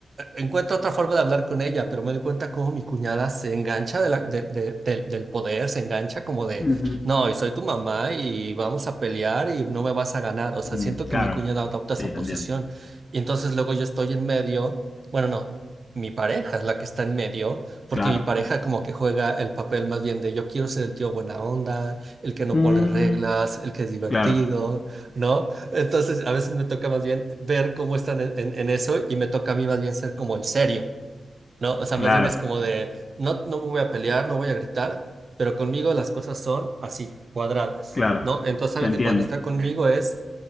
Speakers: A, on the right; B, on the left.
A: encuentro otra forma de hablar con ella, pero me doy cuenta cómo mi cuñada se engancha de la- de- de- del del poder, se engancha como de,
B: Uh -huh.
A: no, y soy tu mamá y vamos a pelear y no me vas a ganar. O sea,
B: mm,
A: siento
B: claro,
A: que mi cuñada adopta
B: sí,
A: esa posición.
B: te entiendo.
A: Y entonces luego yo estoy en medio, bueno, no, mi pareja es la que está en medio, porque
B: Claro.
A: mi pareja como que juega el papel más bien de yo quiero ser el tío buena onda, el que no
B: Mm,
A: pone reglas, el que es divertido.
B: claro,
A: ¿no? Entonces, a veces me toca más bien ver cómo están en, en- en eso y me toca a mí más bien ser como el serio, ¿no? O sea,
B: claro,
A: más bien es como de, no, no me voy a pelear, no voy a gritar, pero conmigo las cosas son así, cuadradas,
B: claro.
A: ¿no? Entonces, sabes
B: Te entiendo.
A: que cuando está conmigo es,